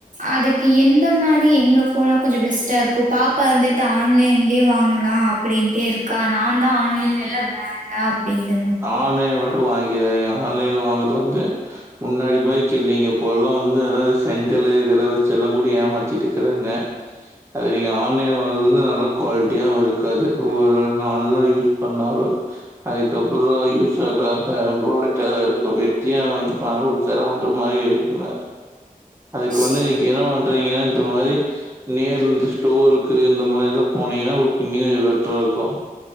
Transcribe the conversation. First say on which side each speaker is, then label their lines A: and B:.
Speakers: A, on the right (about 60°); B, on the right (about 15°).
A: அதுக் க்கு எந்த மாரி எங்க போனா கொஞ்ச பெஸ்ட்டா இருக்கோ பாப்பா இருந்துட்டு ஆன்லைன்லேயே வாங்கலா அப்பிடின்ட்டே இருக் க்கா நான் தா ஆன்லைன்ல எல்லா வேண்டா அப்பிடிங்கற
B: ஆமே ஒல் து வாங்கி வைங்க ஆன்லை வாங்கற வந்து முன்னாடி மாரிக்கு இல்லைங்க பொருள்லா வந்து ஏதா செங்கல்லு இதெல்லா வச்சி எல்லா கூட ஏமாத்திட்டு இருக்குறாங்க நீங்க ஆன்லை வா நல்ல குவாலிட்டியாவு இருக்காது ஒவ்வ நாள்ல யூஸ் பண்ணாலு அது அதுக்கப்புறோ யூஸ் ஆகாத ப்ராடக்ட் ஆ தா இருக்கு வெட்டியா வந்து பணோ கொடுத்தன்ர மாரி இருக்குங்க அதுக்கு
A: சரி.
B: வந்து நீங்க இன்னு நீங்கனா இந்த மாரி நேர் இந்து ஸ்டோர்க்கு இந்த மாதிரிலா போனீங்கன்னா உங்களுக்கு இன்னு கொஞ்சோ பெட்டரா இருக்கு